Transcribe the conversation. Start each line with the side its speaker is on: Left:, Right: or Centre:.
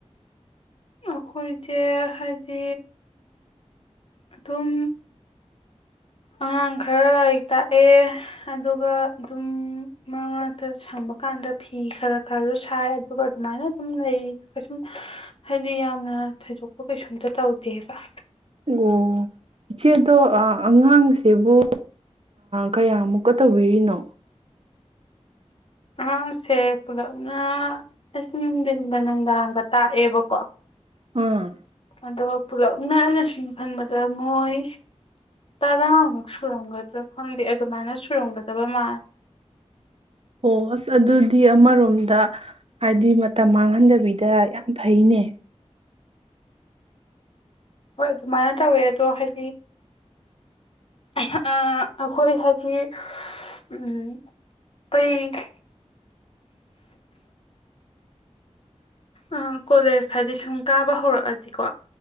Left: ꯑꯩꯈꯣꯏꯁꯦ ꯍꯥꯏꯗꯤ ꯑꯗꯨꯝ ꯑꯉꯥꯡ ꯈꯔ ꯂꯥꯏꯔꯤꯛ ꯇꯥꯛꯑꯦ ꯑꯗꯨꯒ ꯑꯗꯨꯝ ꯃꯔꯛ ꯃꯔꯛꯇ ꯁꯪꯕ ꯀꯥꯟꯗ ꯐꯤ ꯈꯔ ꯈꯔꯁꯨ ꯁꯥꯏ ꯑꯗꯨꯒ ꯑꯗꯨꯃꯥꯏꯅ ꯑꯗꯨꯝ ꯂꯩ ꯀꯩꯁꯨꯝ ꯍꯥꯏꯗꯤ ꯌꯥꯝꯅ ꯊꯣꯏꯗꯣꯛꯄ ꯀꯩꯁꯨꯝꯇ ꯇꯧꯗꯦꯕ
Right: ꯑꯣ ꯏꯆꯦꯗꯣ ꯑꯉꯥꯡꯁꯤꯕꯨ ꯀꯌꯥꯃꯨꯛꯀ ꯇꯧꯕꯤꯔꯤꯅꯣ
Left: ꯑꯉꯥꯡꯁꯦ ꯄꯨꯂꯞꯅ ꯑꯁ ꯅꯨꯡꯊꯤꯟꯗ ꯅꯨꯡꯗꯥꯡꯒ ꯇꯥꯛꯑꯦꯕꯀꯣ
Right: ꯎꯝ
Left: ꯑꯗꯣ ꯄꯨꯂꯞꯅꯅꯥ ꯑꯩꯅꯁꯤꯡ ꯈꯟꯕꯗ ꯃꯣꯏ ꯇꯔꯥꯃꯨꯛ ꯁꯨꯔꯝꯒꯗ꯭ꯔꯥ ꯈꯪꯗꯦ ꯑꯗꯨꯃꯥꯏꯅ ꯁꯨꯔꯝꯒꯗꯕ ꯃꯥꯂꯦ
Right: ꯑꯣ ꯑꯁ ꯑꯗꯨꯗꯤ ꯑꯃꯔꯣꯝꯗ ꯍꯥꯏꯗꯤ ꯃꯇꯝ ꯃꯥꯡꯍꯟꯗꯕꯤꯗ ꯌꯥꯝ ꯐꯩꯅꯦ
Left: ꯍꯣꯏ ꯑꯗꯨꯃꯥꯏꯅ ꯇꯧꯋꯦ ꯑꯗꯣ ꯍꯥꯏꯗꯤ ꯑꯩꯈꯣꯏ ꯍꯥꯏꯗꯤ ꯙꯝ ꯑꯩꯩ ꯑ ꯀꯣꯂꯦꯖ ꯍꯥꯏꯗꯤ ꯁꯨꯝ ꯀꯥꯕ ꯍꯧꯔꯛꯑꯗꯤꯀꯣ